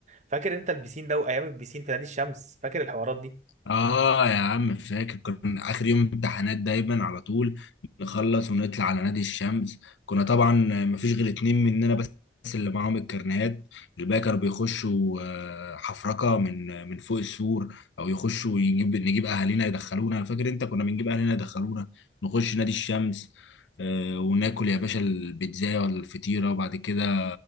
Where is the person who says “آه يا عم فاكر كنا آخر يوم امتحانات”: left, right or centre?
Left